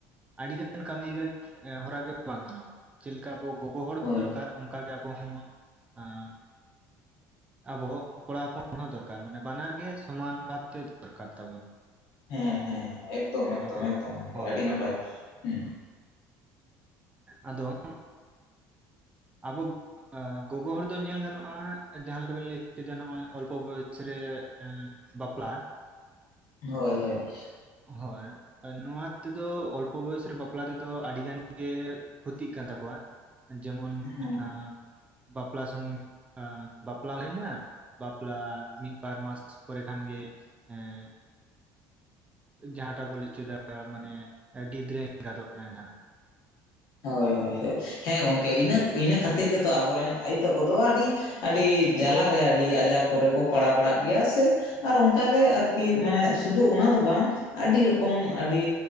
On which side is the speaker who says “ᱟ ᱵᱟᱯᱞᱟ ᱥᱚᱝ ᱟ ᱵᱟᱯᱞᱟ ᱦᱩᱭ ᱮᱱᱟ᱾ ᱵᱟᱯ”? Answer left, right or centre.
Right